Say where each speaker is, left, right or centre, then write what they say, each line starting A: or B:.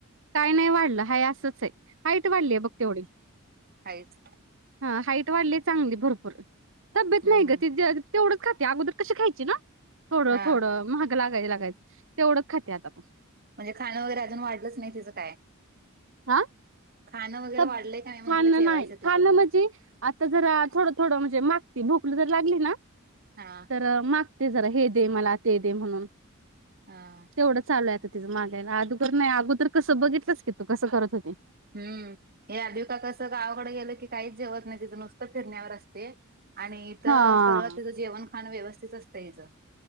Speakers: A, on the right; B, on the right.
A: काय नाही वाढलं हाय असंच आहे हाईट वाढलीय बघ तेवढी
B: हाईट
A: हा हाईट वाढली चांगली भरपूर तब्येत
B: हम्म
A: नाही ग ती द तेवढंच खाते अगोदर कशी खायची ना थोडं
B: हा
A: थोडं मग भुक लागाय लागायचं तेवढंच खात्या आता पण
B: म्हणजे खाणं वगैरे अजून वाढलंच नाही तिचं काय?
A: हा
B: खाणं वगैरे
A: त्यात
B: वाढलंय का नाही म्हटलं
A: खाणं
B: जेवायचं
A: नाही
B: तिचं
A: खाणं म्हणजे. आता जरा थोडं थोडं म्हणजे मागती भुक लई जर लागली ना-
B: हा
A: तर मागते जरा हे दे मला ते दे म्हणून,
B: हा
A: तेवढं चालू आहे आता तिचं मागायला अगोदर नाही अगोदर कसं बघितलंच की तू कसं करत होती
B: हम्म ही आद्वीका कसं गावाकडे गेलं की काहीच जेवत नाही तिथं नुसतं फिरण्यावर असते. आणि इथं
A: हा.
B: सगळं तिचं जेवण खाणं व्यवस्थित असतं हिचं